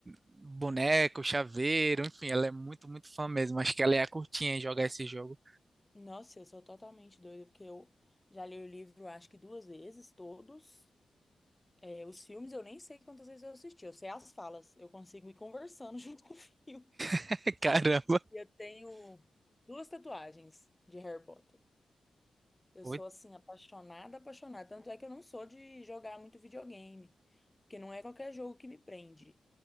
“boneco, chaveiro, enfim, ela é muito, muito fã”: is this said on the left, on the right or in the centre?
Right